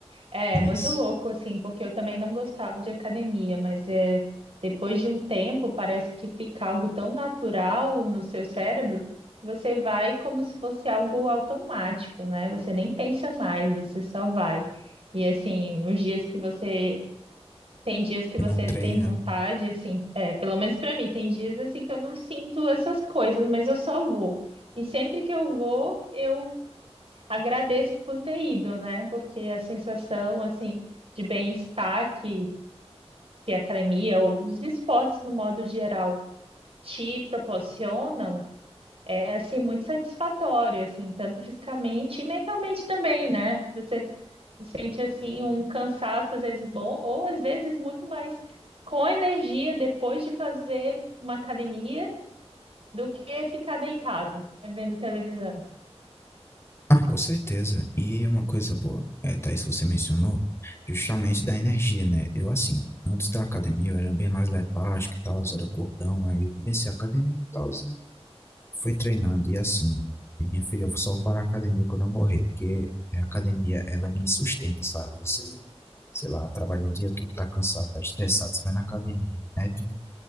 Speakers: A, on the right (about 60°); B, on the left (about 25°).
A: É,
B: Isso.
A: muito louco, assim, porque eu também não gostava de academia, mas é, depois de um tempo parece que fica algo tão natural no seu cérebro que você vai como se fosse algo automático, né? Você nem pensa mais, você só vai. E assim, nos dias que você tem dias que
B: Não
A: você
B: treina,
A: tem vontade, assim, é, pelo menos para mim, tem dias assim que eu não sinto essas coisas, mas eu só vou. E sempre que eu vou, eu Agradeço por ter ido, né? Porque a sensação, assim, de bem-estar que, que a academia ou os esportes, no modo geral, te proporcionam é, assim, muito satisfatório, assim, tanto fisicamente e mentalmente também, né? Você se sente, assim, um cansaço, às vezes bom, ou às vezes muito mais com energia depois de fazer uma academia do que ficar deitado, né? Vendo televisão.
B: Ah, com certeza. E uma coisa boa, é, Thaís, que você mencionou, justamente da energia, né? Eu, assim, antes da academia eu era bem mais letárgico e tal, era gordão, aí eu comecei a academia e tal, e fui treinando. E assim, e minha filha, eu só vou parar a academia quando eu morrer, porque a academia, ela me sustenta, sabe? Você, sei lá, trabalhou o dia todo, tá cansado, tá estressado, você vai na academia, mete um,